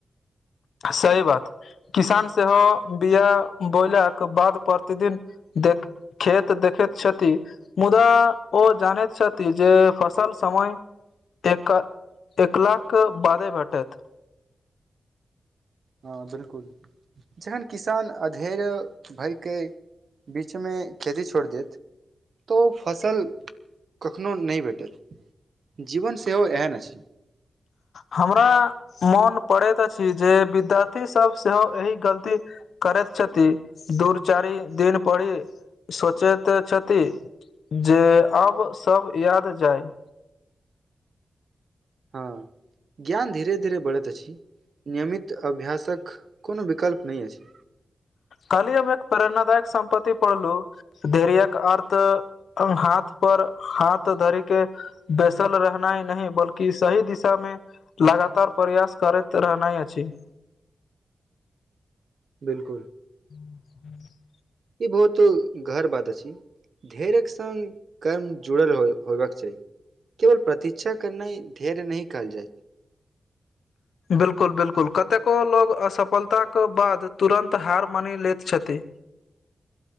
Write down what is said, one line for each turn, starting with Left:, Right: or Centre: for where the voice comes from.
Left: सही बात किसान सेहो बिआा बोयलाके बाद प्रतिदिन देख खेत देखैत छथि मुदा ओ जानैत छथि जे फसल समय देख के देखला के बादे भेटत
Right: हँ बिलकुल जेहन किसान अधेर भयके बीच में खेती छोड़ देत तऽ ओ फसल कखनो नहि भेटत जीवन सेहो एहन अछि
Left: हमरा मोन पड़ैत अछि जे विद्यार्थी सब सेहो एहि गलती करैत छथि दूर चारि दिन पड़ी सोचैत छथि जे आब सब याद जाय
Right: हँ ज्ञान धीरे धीरे बढ़ैत अछि नियमित अभ्यासक कोनो विकल्प नहि अछि
Left: खाली हम एक प्रेरणादायक सम्पति पड़लू धैर्यक अर्थ हाथ पर हाथ धरिक बैसल रहना ही नहि बल्की सही दिशामे लगातार प्रयास करैत रहना अछि
Right: बिलकुल
Left: ह ह
Right: ई बहुतो घर बात अछि धैर्यक सङ्ग कर्म जुड़ल हो होयबाक चाही केवल प्रतीक्षा करनाय नहि धेर्य नहि कहल जाय
Left: बिलकुल बिलकुल कतेको लोग असफलताक बाद तुरन्त हार मानि लैत छथि